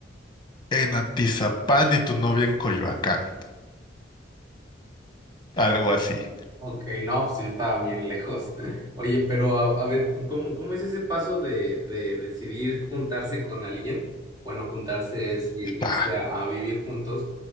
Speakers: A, on the left (about 25°); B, on the right (about 20°).
A: en Atizapán y tu novia en Coyoacán, algo así.
B: Ok, no, pues sí estaba bien lejos. <laughs> Oye, pero a, a ver, ¿cómo, cómo es ese paso de, de decidir juntarse con alguien? Bueno, juntarse es i- irse
A: Ah,
B: a, a vivir juntos,